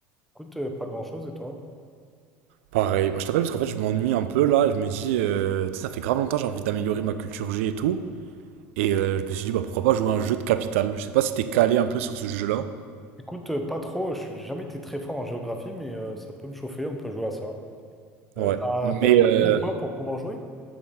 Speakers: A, in the centre; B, on the right.
A: Écoute, euh, pas grand-chose et toi?
B: Pareil. Moi, Je t'appelle parce qu'en fait, je m'ennuie un peu là. et Je me dis, euh, tu sais, ça fait grave longtemps, j'ai envie d'améliorer ma culture G et tout. Et euh, je me suis dit, bah pourquoi pas jouer à un jeu de capital? Je sais pas si t'es calé un peu sur ce jeu-là.
A: Écoute, euh, pas trop, je n'ai jamais été très fort en géographie, mais euh, ça peut me chauffer, on peut jouer à ça.
B: Ouais.
A: Euh, t'as,
B: Mais,
A: t'as une
B: euh,
A: appli ou quoi pour pouvoir jouer?